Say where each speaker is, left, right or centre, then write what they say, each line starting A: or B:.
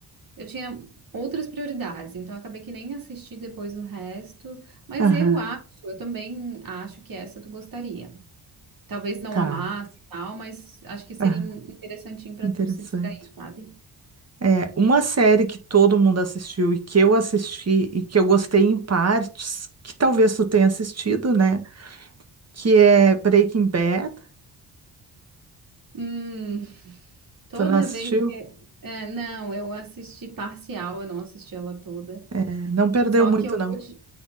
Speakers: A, on the right; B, on the right.
A: eu tinha outras prioridades, então eu acabei que nem assisti depois o resto. Mas
B: aham,
A: eu acho, eu também acho que essa tu gostaria. Talvez não
B: tá.
A: amasse e tal, mas acho que seria
B: aham,
A: in- interessantinho pra
B: interessante.
A: tu se distrair, sabe?
B: É, uma série que todo mundo assistiu e que eu assisti e que eu gostei em partes, que talvez tu tenha assistido, né? que é Breaking Bad.
A: Hum, toda
B: Tu não assistiu?
A: vez. é, não, eu assisti parcial, eu não assisti ela toda.
B: É, Não perdeu
A: Só
B: muito,
A: que eu
B: não.
A: vou te.